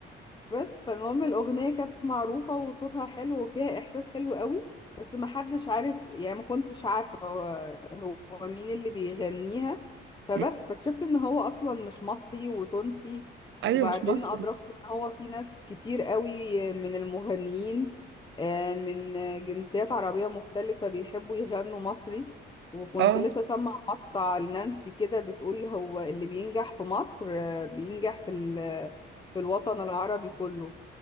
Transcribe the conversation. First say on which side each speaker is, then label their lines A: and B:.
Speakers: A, on the left; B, on the right.
A: بس فالمهم الأغنية كانت معروفة وصوتها حلو وفيها إحساس حلو قوي بس ما حدش عارف يعني ما كنتش عارفة هو, هو مين اللي بيغنيها فبس
B: م.
A: فاكتشفت إن هو أصلا مش مصري وتونسي
B: ايوه
A: وبعدين
B: مش مصري
A: أدركت إن هو في ناس كتير قوي من المغنيين آه، من جنسيات عربية مختلفة بيحبوا يغنوا مصري وكنت
B: اه
A: لسه سامعة مقطع لنانسي كده بتقول هو اللي بينجح في مصر آه، بينجح في ال في الوطن العربي كله